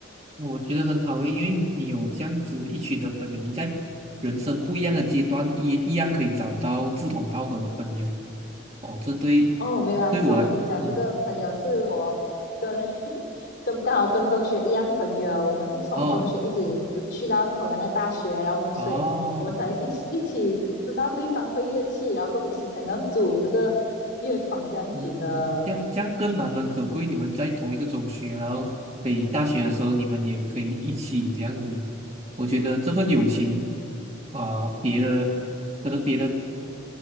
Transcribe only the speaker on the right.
那我觉得很好诶，因为你有这样子一群的朋友，你在人生不一样的阶段也一样可以找到志同道合的朋友。哦，这对
对我来，
嗯，嗯
哦
哦。
嗯嗯，这样这样更难能可贵。你们在同一个中学，然后可以大学的时候，你们也可以一起这样子。我觉得这份友情啊、别的可能别的